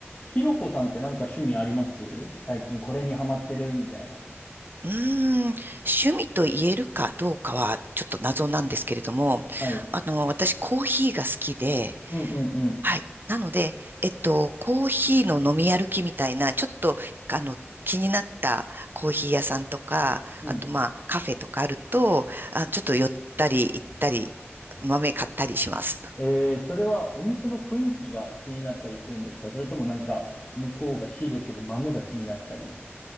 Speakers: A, on the left (about 30°); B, on the right (about 50°).
A: ひろこさんってなんか趣味あります最近これにハマってるみたいな。
B: うーん、趣味と言えるかどうかはちょっと謎なんですけれども、
A: はい。
B: あの、私コーヒーが好きで、
A: うんうんうん。
B: はい。なので、えっと、コーヒーの飲み歩きみたいな、ちょっと、あの、気になったコーヒー屋さんとか、
A: うん。
B: あとまあカフェとかあると、あ、ちょっと寄ったり行ったり、豆買ったりします。
A: えー、それはお店の雰囲気が気になったりするんですかそれともなんか向こうが仕入れてる豆が気になったり。